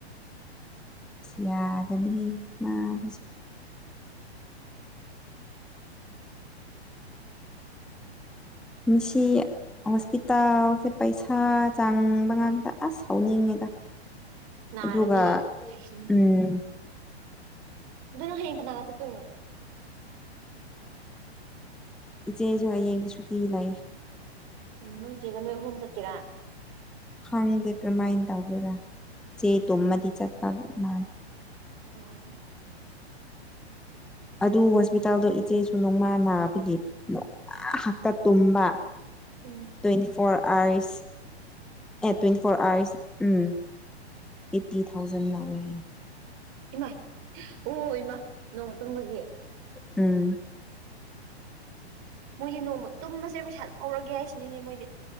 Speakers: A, in the centre; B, on the right (about 30°).
A: ꯑꯁ ꯌꯥꯒꯥꯅꯤ ꯃꯥꯅꯁꯨ ꯅꯨꯡꯁꯤ ꯍꯣꯁꯄꯤꯇꯥꯜꯁꯦ ꯄꯩꯁꯥ ꯆꯥꯡꯕ ꯉꯥꯛꯇ ꯑꯁ ꯍꯧꯥꯎꯅꯤꯡꯉꯦꯗ
B: ꯅꯥꯔꯗꯤ
A: ꯑꯗꯨꯒ
B: ꯍꯥꯏꯁꯤꯅꯤ
A: ꯎꯝ
B: ꯑꯗꯨ ꯅꯪ ꯍꯥꯌꯦꯡ ꯀꯅꯥꯒ ꯆꯠꯇꯣꯏꯅꯣ
A: ꯏꯆꯦꯁꯨ ꯍꯌꯦꯡꯗꯤ ꯁꯨꯇꯤ ꯂꯩ
B: ꯎꯝ ꯅꯣꯏ ꯆꯦꯒ ꯅꯣꯏ ꯑꯍꯨꯝ ꯆꯠꯀꯦꯔꯥ
A: ꯈꯪꯗꯦ ꯀꯃꯥꯏꯅ ꯇꯧꯒꯦꯔꯥ ꯆꯦꯛ ꯇꯨꯝꯃꯗꯤ ꯆꯠꯄ ꯃꯥ
B: ꯑꯣ ꯑꯣ
A: ꯑꯗꯨ ꯍꯣꯁꯄꯤꯇꯥꯜꯗꯣ ꯏꯆꯦꯁꯨ ꯅꯣꯡꯃꯥ ꯅꯥꯕꯒꯤ ꯅꯣꯡꯃꯥ ꯍꯥꯛꯇ ꯇꯨꯝꯕ
B: ꯎꯝ
A: ꯇ꯭ꯋꯦꯟꯇꯤ ꯐꯣꯔ <unintelligible> ꯑꯦ ꯇ꯭ꯋꯦꯟꯇꯤ ꯐꯣꯔ ꯑꯥꯋꯔꯁ ꯎꯝ ꯑꯩꯠꯇꯤ ꯊꯥꯎꯖꯟ ꯂꯧꯋꯦ
B: ꯏꯃꯥꯢ ꯑꯣ ꯏꯃꯥ ꯅꯣꯡꯃ ꯇꯨꯝꯕꯒꯤ
A: ꯎꯝ
B: ꯃꯣꯏꯗꯤ ꯅꯣꯡꯃ ꯇꯨꯝꯕꯁꯦ ꯄꯩꯁꯥꯗ ꯍꯧꯔꯒꯦ ꯍꯥꯏꯁꯤꯅꯤꯅꯦ ꯃꯣꯏꯗꯤ